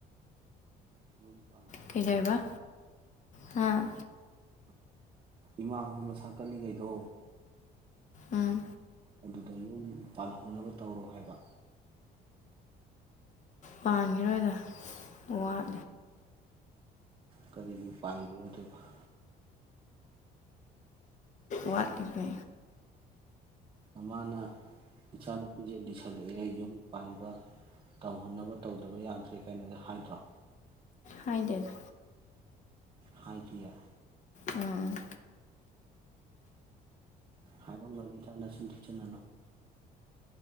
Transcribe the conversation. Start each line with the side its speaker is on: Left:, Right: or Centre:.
Right: ꯎ
Left: ꯀꯩꯖꯥꯏꯕ ꯍꯥꯥ
Right: ꯏꯃꯥ ꯍꯣꯏ ꯃꯁꯥꯀꯜꯂꯤꯉꯩꯗꯣ
Left: ꯎꯝ
Right: ꯑꯗꯨꯗ ꯌꯨꯝ ꯄꯥꯜꯍꯧꯅꯕ ꯇꯧꯔꯣ ꯍꯥꯏꯕ
Left: ꯄꯥꯟꯈꯤꯔꯣꯏꯗ ꯋꯥ
Right: ꯀꯔꯤꯒꯤ ꯄꯥꯥꯟꯒꯤꯔꯣꯏ ꯗꯨꯏꯕ <unintelligible>
Left: ꯋꯥꯠꯂꯤꯕ
Right: ꯅꯃꯥꯅ ꯏꯆꯥꯅꯨꯄꯤꯁꯦ ꯂꯤꯁꯜꯂꯛꯑꯦ ꯌꯨꯝ ꯄꯥꯟꯕ ꯇꯧꯍꯟꯅꯕ ꯇꯧꯗꯕ ꯌꯥꯗ꯭ꯔꯦ ꯀꯥꯏꯅꯒ ꯍꯥꯏꯗ꯭ꯔꯣ
Left: ꯍꯥꯏ ꯗꯦꯗ
Right: ꯍꯥꯏꯗꯤꯌꯦ
Left: ꯎꯝ
Right: ꯍꯥꯏꯔꯝꯒꯅꯤꯗꯅ ꯁꯤ ꯊꯤꯁꯤꯟꯅꯅꯣ